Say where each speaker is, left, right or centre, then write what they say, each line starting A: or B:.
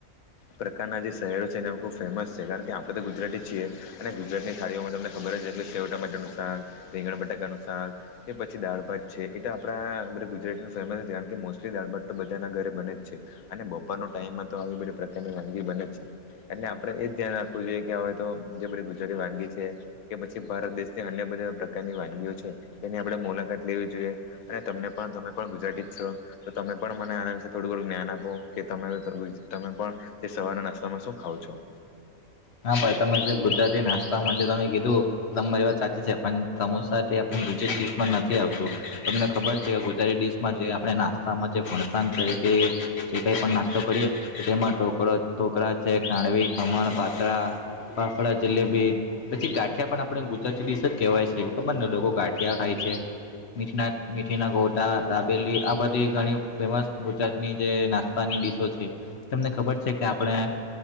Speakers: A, on the left; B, on the left.
A: પ્રકારનાં જે શહેરો છે એમાં ખૂબ ફેમસ છે કારણ કે આપણે તો ગુજરાતી છીએ અને ગુજરાતીની થાળીઓમાં તમને ખબર જેમ સેવ ટામેટા નું શાક રીંગણ બટાકાનું શાક. કે પછી દાળ ભાત છે એટ આપણા બધા ગુજરાતી ફેમસ હતી કારણ કે મોસ્ટલી દાળ ભાત તો બધાના ઘરે બને જ છે. અને બપોરનો ટાઈમ હતો આવી બધી પ્રકારની વાનગીઓ બને છે. એટલે આપડે એજ ધ્યાન રાખવું જોઈએ કે હવે તો જે બધી ગુજરાતી વાનગી છે. કે પછી ભારત દેશની અન્ય બધા પ્રકારની વાનગીઓ છે તેની આપણે મુલાકાત લેવી જોઈએ. અને તમને પણ તમે પણ ગુજરાતી જ છો. તો તમે પણ મને આના વિશે થોડું ઘણું જ્ઞાન આપો કે તમે ગુજ તમે પણ તે સવારના નાસ્તામાં શું ખાવ છો?
B: હા ભાઈ તમે જે ગુજરાતી નાસ્તામાં જે તમે કીધું તમારી વાત સાચી છે પણ સમોસા તે આપણી ગુજરાતી ડિશ માં નથી આવતું તમને ખબર છે કે ગુજરાતી ડીશ માં જે આપણે નાસ્તામાં જે ફણસાણ તરીકે જે કંઈ પણ નાસ્તો કરીએ. તેમાં ઢોકળ ઢોકળા છે ખાંડવી ખમણ પાતરા ફાફડા જલેબી પછી ગાંઠિયા પણ આપણે ગુજરાતી ડિશ જ કહેવાય છે ખબરને લોકો ગાંઠિયા ખાય છે. મીઠીના મેથી ના ગોટા દાબેલી આ બધી ઘણી ફેમસ ગુજરાતની જે નાસ્ ની ડીશો છે તમને ખબર છે કે આપણે